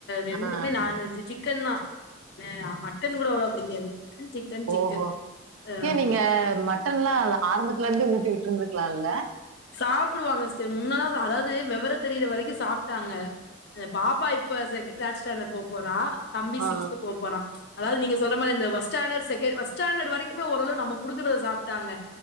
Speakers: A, on the left (about 55°); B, on the right (about 85°).
A: ரெண்டுமே
B: ஆ ஆ
A: நான்வெஜ் சிக்கன்தா ஏ மட்டன் கூட அவ்ளா பிடிக்காது சிக்கன் சிக்கன் சிக்கன்
B: ஓஹோ
A: ஆமா
B: ஏ நீங்க மட்டன்லா ஆரம்பத்ல இருந்தே ஊட்டி விட்ருந்துக்கலா இல்ல
A: சாப்டுவாங்க சிஸ்டர் முன்னலா சா அதாவது விவரொ தெரிற வரைக்கு சாப்ட்டாங்க ஆ பாப்பா இப்ப செகண் தேர்ட் ஸ்டாண்டர்ட் போப்போறா தம்பி
B: ஆ ஆ
A: சிக்ஸ்த் போப்போறா அதாவ்து நீங்க சொல்ற மாரி இந்த வஸ்டாண்டட் செக்கெ வஸ்டாண்டட் வரைக்குமே ஓரளவு நம்ம குடுக்குறத சாப்ட்டாங்க